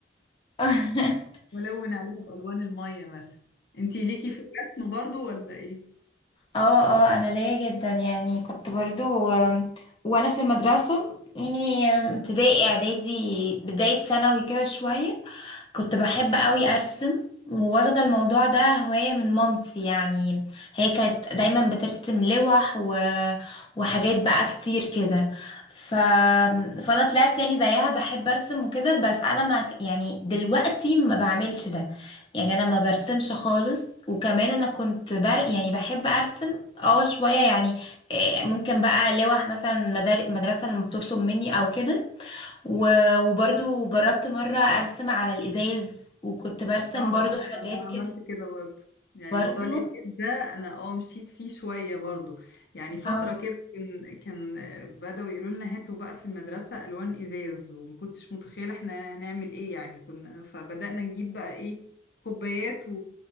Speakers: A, on the left (about 25°); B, on the left (about 55°).
A: اه
B: ولون عليها بألوان المية مثلا انتي ليكي في الرسم برضو ولا ايه؟
A: اه اه انا ليا جدا يعني كنت برضو آم، وانا في المدرسة يعني آم، ابتدائي اعدادي بداية ثانوي كده شوية كنت بحب قوي ارسم وواخده الموضوع ده هوايه من مامتي يعني هي كانت دايما بترسم لوح و... وحاجات بقى كتير كده ف... فانا طلعت يعني زيها بحب ارسم وكده بس انا ما ك- يعني دلوقتي ما بعملش ده يعني انا ما برسمش خالص وكمان انا كنت بر... يعني بحب ارسم اه شويه يعني إيه، ممكن بقى لوح مثلا مدار... مدرسه لما بتطلب مني او كده و- وبرضو جربت مرة أرسم على الإزاز وكنت برسم
B: اه
A: برضو حاجات
B: انا عملت
A: كده
B: كده برضه يعني
A: برضو
B: موضوع الاتيكيت ده انا اه مشيت فيه شويه برضه يعني فتره
A: اه
B: كده كان كان آه، بداوا يقولوا لنا هاتوا بقى في المدرسه الوان ازاز وما كنتش متخيله احنا هنعمل ايه يعني كنا فبدانا نجيب بقى ايه كوبايات و...